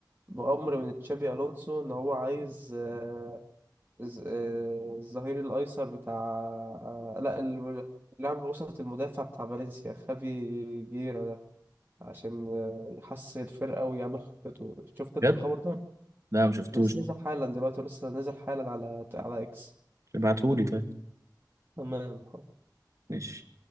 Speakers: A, on the right (about 30°); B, on the right (about 45°).
A: بأمر من تشابي ألونسو إن هو عايز آه، ز- آه، الظهير الأيسر بتاع آه، لا ال- لاعب وسط المدافع بتاع فالنسيا خافي جيرا ده عشان آه، يحسن الفرقة ويعمل خطته شفت أنت
B: بجد
A: الخبر ده؟
B: لا ما شفتوش
A: ده لسه نازل حالا دلوقتي ولسه نازل حالا على على إكس
B: ابعتهولي طيب
A: تمام
B: ماشي